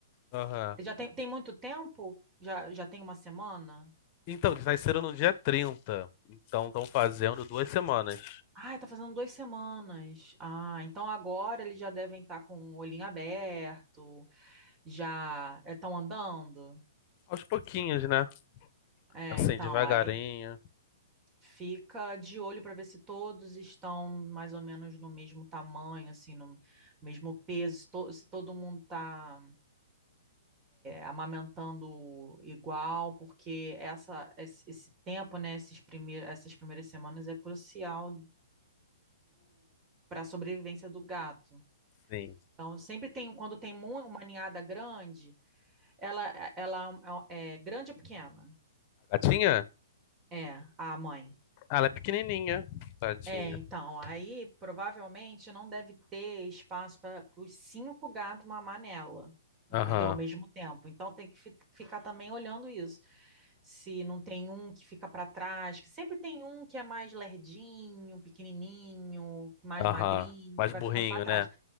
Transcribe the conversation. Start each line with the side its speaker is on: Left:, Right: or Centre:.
Left: Aham.
Right: Já tem, tem muito tempo? Já, já tem uma semana?
Left: Então, eles nasceram no dia 30, Então, estão fazendo duas semanas.
Right: Ah, tá fazendo duas semanas. Ah, então agora eles já devem estar com o olhinho aberto, já estão andando.
Left: Aos pouquinhos, né?
Right: É,
Left: Assim,
Right: então,
Left: devagarinho.
Right: aí. Fica de olho para ver se todos estão mais ou menos no mesmo tamanho, assim, no mesmo peso, se, to- se todo mundo está amamentando igual, porque essa, esse, esse tempo, né, esses primeir, essas primeiras semanas é crucial para a sobrevivência do gato.
Left: Sim.
Right: Então, sempre tem, quando tem mu- uma ninhada grande, ela, ela é é grande ou pequena?
Left: A gatinha?
Right: É, a mãe.
Left: Ah, ela é pequenininha. Tadinha.
Right: É, então, aí provavelmente não deve ter espaço para os cinco gatos mamar nela, entendeu?
Left: Aham,
Right: Ao mesmo tempo. Então tem que fi- ficar também olhando isso. Se não tem um que fica para trás, que sempre tem um que é mais lerdinho, pequenininho, mais
Left: aham.
Right: magrinho,
Left: Mais
Right: que vai
Left: burrinho,
Right: ficando para trás.
Left: né?